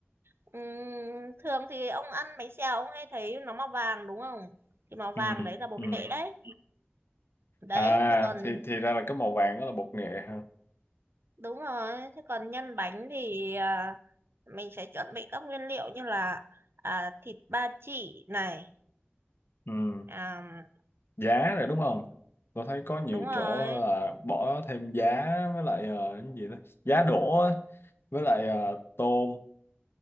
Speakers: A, on the right; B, on the left.
A: Ừm, thường thì ông ăn bánh xèo ông hay thấy nó màu vàng đúng không? Thì màu
B: ừ
A: vàng
B: ừ
A: đấy là bột
B: ừ.
A: nghệ đấy. Đấy,
B: à
A: thì còn
B: thì thì ra là cái màu vàng đó là bột nghệ ha
A: Đúng rồi, thế còn nhân bánh thì à, mình sẽ chuẩn bị các nguyên liệu như là à, thịt ba chỉ này,
B: ừ
A: à,
B: giá rồi đúng không tôi thấy có nhiều
A: đúng rồi,
B: chỗ là bỏ thêm giá với lại ờ, cái gì đó giá đỗ á với lại ờ, tôm